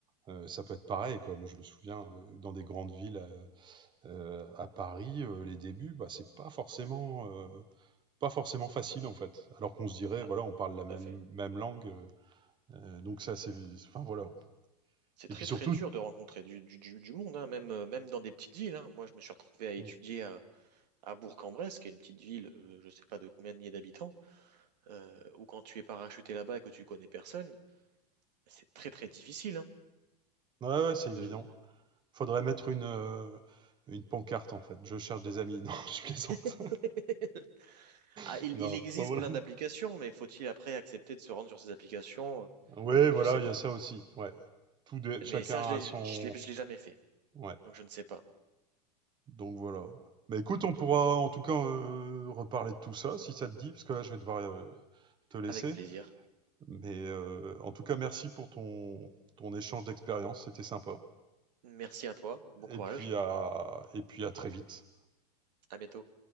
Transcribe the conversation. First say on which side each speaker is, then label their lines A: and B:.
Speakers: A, on the right (about 20°); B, on the right (about 75°).
A: euh, ça peut être pareil, quoi. Moi, je me souviens, euh, dans des grandes villes euh, euh, à Paris, euh, les débuts, bah, c'est pas forcément euh, pas forcément facile en fait. Alors qu'on se dirait,
B: Ah,
A: voilà, on parle la même,
B: tout à fait.
A: même langue, euh, donc ça c'est, enfin voilà.
B: C'est très
A: Et puis surtout,
B: très dur de rencontrer du, du, du- du monde, hein, même, euh, même dans des petites villes. hein. Moi, je me suis retrouvé à étudier
A: bon,
B: à, à Bourg-en-Bresse, qui est une petite ville, euh, je sais pas de combien de milliers d'habitants. euh, ou quand tu es parachuté là-bas et que tu connais personne, c'est très très difficile hein,
A: ouais ouais, c'est
B: de.
A: évident. Faudrait mettre une euh, une pancarte en fait. Je cherche des amis. <laughs> Non, je plaisante.
B: <laughs> Ah,
A: <laughs>
B: il,
A: non,
B: il existe
A: enfin, voilà.
B: plein d'applications, mais faut-il après accepter de se rendre sur ces applications?
A: Ouais, voilà,
B: Je sais
A: il
B: pas.
A: y a ça aussi. Ouais, tout des- chacun
B: Mais ça, je l'ai,
A: a son,
B: je l'ai, je l'ai jamais fait,
A: ouais.
B: donc je ne sais pas.
A: Donc voilà. Bah écoute, on pourra en tout cas euh, reparler de tout ça si ça te dit, parce que là je vais devoir euh, te laisser.
B: Avec plaisir.
A: Mais euh, en tout cas, merci pour ton, ton échange d'expérience, c'était sympa.
B: Merci à toi, bon courage,
A: Et puis à, et puis à très vite.
B: à bientôt.